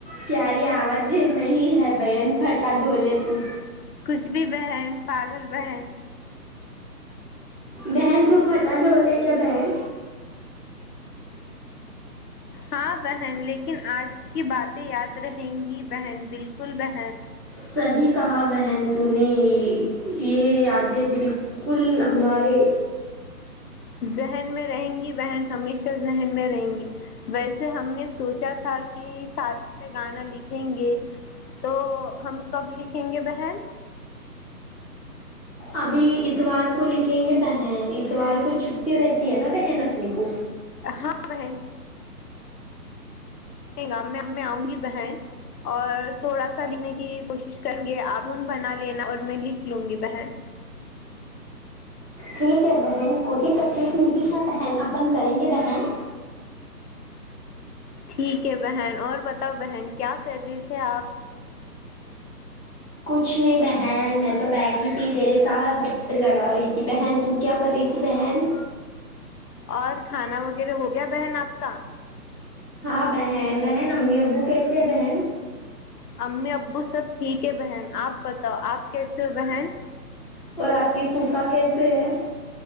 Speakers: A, in the centre; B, on the left (about 70°).
A: پیاری آواز نہیں ہے بہن پھٹلہ ڈھولے تو
B: کچھ بھی بہن پاگل بہن
A: بہن تو پھٹا ڈولے کیا بہن
B: ہاں بہن لیکن آج کی باتیں یاد رہیں گی بہن بالکل ب
A: صحیح کہا بہن ت نے یہ یادیں بالکل ہمارے
B: ذہن میں رہیں گی بہن ہمیشہ ذہن میں رہیں گے ویسے ہم نے سوچا تھا کہ سارے گانا لکھیں گے تو ہم کب لکھیں گے بہن
A: ابھی اتوار کو لکھیں گے بہن اتوار کو چھٹی رہتی ہے نا بہن اپنی کو
B: ہاں بہن نہیں گ آؤں گی بہن اور تھوڑا سا لینے کی کی کوشش کریں گے آدن بنا لینا اور میں لکھ لوں گی بہن
A: ٹھیک ہے بہن کوئی تکلیف نہیں ہے بہن اپن کریں گے بہن
B: ٹھیک ہے بہن اور بتاؤ بہن کیا کر رہی تھے آپ
A: کچھ نہیں بہن میں تو بیٹھی تھی تیرے ساتھ گپے لڑا رہی تھی بہن تو کیا کر رہی تھی بہن
B: اور کھانا وغیرہ ہو گیا بہن آپ کا
A: ہاں بہن بہن امی ابو کیسے ہے بہن
B: امی ابو سب ٹھیک ہے بہن آپ بتاؤ آپ کیسے ہو بہن
A: اور آپ کی پوفا کیسے ہے